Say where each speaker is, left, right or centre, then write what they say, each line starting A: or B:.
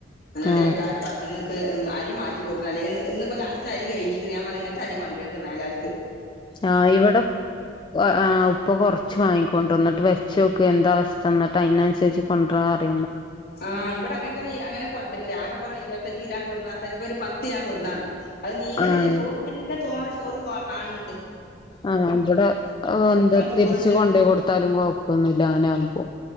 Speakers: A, on the left (about 55°); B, on the left (about 25°).
A: അങ്ങനത്തെേക്കാൾ
B: ആഹ്
A: പറഞ്ഞ നിക്ക് അരി മാറ്റി കൊടുക്കു അല്ലെങ്കിൽ ഇന്ന് ഇപ്പോ ലാസ്റ്റ് അരി കഴിഞ്ഞ് ഞാൻ പറഞ്ഞ് ഇങ്ങനത്തെ അരി കൊണ്ടരേര്ത് മേലാൽക്ക്
B: ആഹ ഇവിടെ ആഹ് ഉപ്പൊ കുറച്ച് വാങ്ങിക്കൊണ്ടി ഇന്നിട്ട് വെച്ചോക്ക് എന്താ അവസ്ഥ ഇന്നിട്ട് അയിനനുസരിച്ച് കൊണ്ടരാറിയും
A: ആഹ ഇവിടെ അങ്ങനെ തന്നെ അങ്ങനെ കൊ ആകപ്പ ഇരുപത്തഞ്ച് കിലാം കൊടുന്നാതന്നെ ഇപ്പൊ ഒരു പത്ത് കിലാം കൊടന്നതാണ് അത് നീങ്ങില്ല
B: ആഹ്
A: ചോറ് നല്ല തോനെ ചോറ് കാണ്ന്ന്ണ്ട്
B: ആഹ് ഇവിടെ എന്താ
A: ചോറുണ്ട്
B: തിരിച്ച് കൊണ്ടു പോയി കൊടുത്താലും കൊഴപ്പൊന്നുമല്ല അങ്ങനെ ആവ്മ്പോ